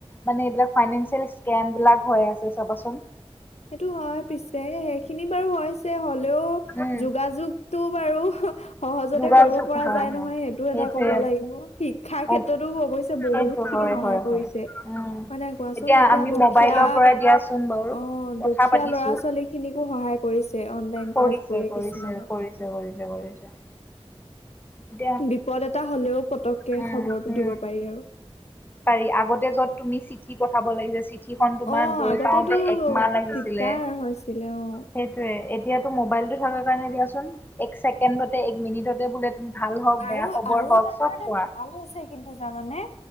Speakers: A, on the left (about 20°); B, on the left (about 75°).
A: মানে এইবিলাক ফাইনেলছিল স্কেন বিলাক হৈ আছে চাবা চোন।
B: সেইটো হয় পিছে সেইখিনি বাৰু হৈছে হ'লেও
A: উম
B: যোগাযোগ তো বাৰু সহজতে
A: যোগাযোগ
B: কৰিব পৰা
A: হয়
B: যায়
A: হয়
B: নহয় সেইটো
A: সেইটোৱে
B: এটা ক'ব লাগিব শিক্ষাৰ
A: অ
B: ক্ষেত্ৰতো অৱশ্যে বহুত
A: সেইটো হয়
B: সহায়
A: হয়
B: কৰিছে,
A: হয় উম
B: হয় নাই কোৱাচোন? এতিয়া
A: আমি
B: দুখীয়া
A: মোবাইলৰ পৰা দিয়াচোন বাৰু
B: অ
A: কথা
B: দু দুখীয়া
A: পাতিছো
B: ল'ৰা ছোৱালী খিনিকো সহায় কৰিছে। অনলাইন
A: কৰিছে,
B: ক্লাছ বোৰে
A: কৰিছে,
B: কিছুমানত
A: কৰিছে, কৰিছে, কৰিছে। এতিয়া
B: বিপদ এটা হলেও পতককে
A: উম
B: খবৰটো
A: উম
B: দিব পাৰি আৰু।
A: পাৰি আগতে য'ত তুমি চিঠি পঠাব লাগি যে চিঠি চিঠি খন তোমাৰ
B: অ',
A: গৈ
B: আগতেতো
A: পাওতে এক মাহ লাগিছিলে,
B: দিগদাৰ হৈছিলে অ'।
A: সেইটোয়ে এতিয়াটো মোবাইল টো থকা কাৰণে দিয়াচোন এক ছেকেণ্ডতে এক মিনিটতে বোলে তুমি ভাল হওক
B: আৰু
A: বেয়া খবৰ
B: আৰু
A: হওক
B: এটা
A: চব
B: কাৰণে
A: পোৱা
B: ভাল হৈছে কিন্তু জানানে!